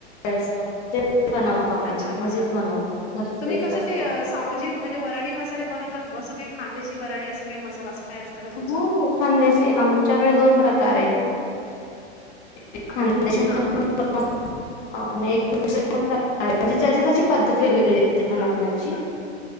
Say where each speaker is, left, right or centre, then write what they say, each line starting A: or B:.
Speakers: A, on the left (about 25°); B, on the left (about 65°).
A: असतं. तेच बनवतो आमी.
B: अच्छा
A: घरीच
B: मसाला
A: बनवतो. घरीच
B: तुम्ही
A: टेस्ट
B: कसं
A: असते.
B: ते सावजी, म्हणजे वराडी मसाले बनवतात. असं काही खांदेशी, वराडी असं काही मसाला असं काय असतं का, तुमचं?
A: हो हो खानदेशी. आमच्याकडे दोन प्रकारयत. एक खानदेशी
B: हा.
A: <unintelligible> म्हणजे ज्याची त्याची पद्धत वेगवेगळीय. ते बनवण्याची.
B: हा